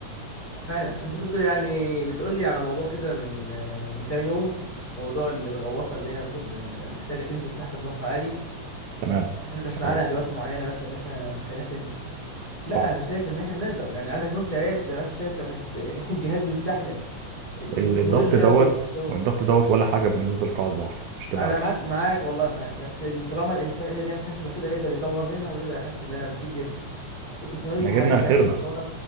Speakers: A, in the centre; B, on the right.
A: ما فعلا انت كنت يعني بتقول لي على موضوع كده من آه، من كام يوم موضوع الغواصه اللي هي المفروض آه، محتاجه تنزل تحت في ضغط عالي
B: تمام
A: واحنا مش معانا
B: اه
A: ادوات معينه مثلا ان احنا نخليها تنزل لا
B: صح
A: انا شايف ان احنا نقدر يعني عندك نور كايات زي ما انت شايف كان بتس... <laughs> الجهاز بيستحمل ال-
B: ال-
A: التكنولوجيا
B: الضغط دوت
A: والتطور
B: والضغط دوت ولا حاجة بالنسبة لقاع البحر مش تبقى
A: انا
B: عارف
A: معاك معاك والله معاك بس اللي طالما الانسان قدر يعمل حاجه شبه كده يقدر يطور منها ويقدر يحسن منها بكتير جدا والتكنولوجيا
B: احنا
A: حاليا
B: جبنا آخرنا
A: بقت متطوره ك-